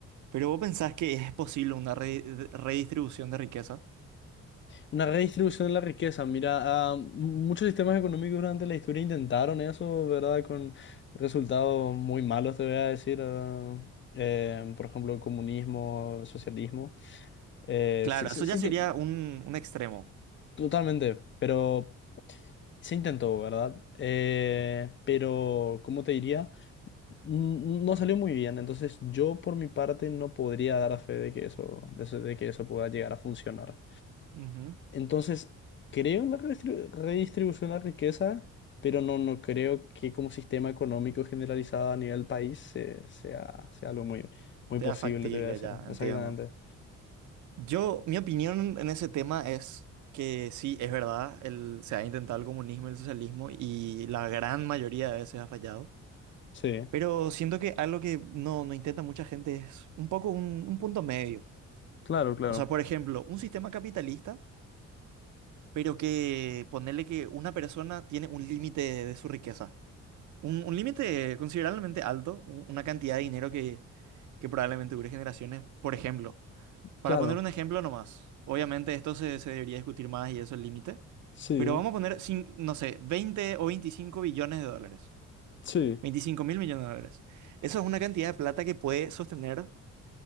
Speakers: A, on the right (about 70°); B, on the left (about 40°).
A: pero vos pensás que es posible una re- de- redistribución de riqueza.
B: Una redistribución de la riqueza. Mira, ah, m- muchos sistemas económicos durante la historia intentaron eso, ¿verdad? Con resultados muy malos, te voy a decir. ah, eh, por ejemplo, comunismo, socialismo. Eh,
A: Claro,
B: se- se-
A: eso ya
B: se
A: sería
B: intent-
A: un, un extremo.
B: totalmente, pero se intentó, ¿verdad? Eh, pero, ¿cómo te diría? N- No salió muy bien. Entonces, yo por mi parte no podría dar fe de que eso, de eso- de que eso pueda llegar a funcionar.
A: Ujú,
B: Entonces, creo en la redistribu- redistribución de la riqueza, pero no, no creo que como sistema económico generalizado a nivel país se- sea, sea algo muy, muy
A: Sea
B: posible,
A: factible,
B: te voy a decir.
A: ya,
B: Exactamente.
A: entiendo. Yo, mi opinión en ese tema es que sí, es verdad, el, se ha intentado el comunismo y el socialismo y la gran mayoría de veces ha fallado,
B: Sí,
A: pero siento que algo que no, no intenta mucha gente es un poco un un punto medio.
B: claro, claro.
A: O sea, por ejemplo, un sistema capitalista, pero que ponerle que una persona tiene un límite de, de su riqueza. Un, un límite considerablemente alto, u- una cantidad de dinero que, que probablemente dure generaciones. Por ejemplo, para
B: Claro,
A: poner un ejemplo nomás, obviamente esto se, se debería discutir más y eso es el límite,
B: sí,
A: pero vamos a poner, cin- no sé, 20 o 25 billones de dólares.
B: sí,
A: 25 mil millones de dólares. Eso es una cantidad de plata que puede sostener